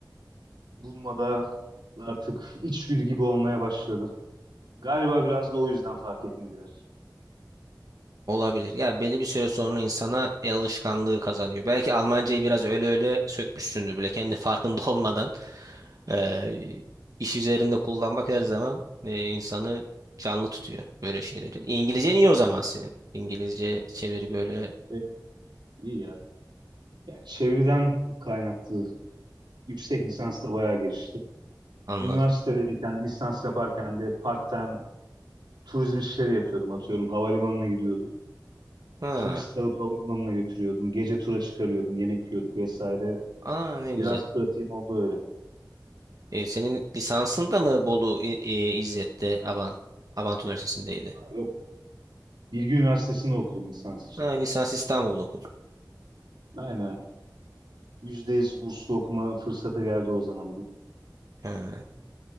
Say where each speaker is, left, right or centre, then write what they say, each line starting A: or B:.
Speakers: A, on the right; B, on the right.
A: bulmada artık içgüdü gibi olmaya başladı. Galiba biraz da o yüzden fark etmediler.
B: Olabilir. Ya belli bir süre sonra insana el alışkanlığı kazanıyor. Belki Almancayı biraz öyle öyle sökmüşsündür bile kendi farkında <laughs> olmadan eee, iş üzerinde kullanmak her zaman eee, insanı canlı tutuyor böyle şeyleri. İngilizcen iyi o zaman senin. İngilizce çeviri böyle
A: Evet, iyi ya. Ya çeviriden kaynaklı yüksek lisans da bayağı gelişti.
B: anladım.
A: Üniversitedeyken lisans yaparken de part-time turizm işleri yapıyordum. Atıyorum havalimanına gidiyordum.
B: Ha,
A: Turist alıp havalimanına götürüyordum. Gece tura çıkarıyordum. Yemek yiyorduk vesaire.
B: aa ne güzel.
A: Biraz pratiğim oldu öyle.
B: E, senin lisansın da mı Bolu İ- İ- İzzet'te Abant Abant Üniversitesi'ndeydi?
A: Yok. Bilgi Üniversitesi'nde okudum lisans için.
B: Ha, lisans İstanbul'da okudun.
A: Aynen. yüzde yüz burslu okuma fırsatı geldi o zaman bir.
B: Ha,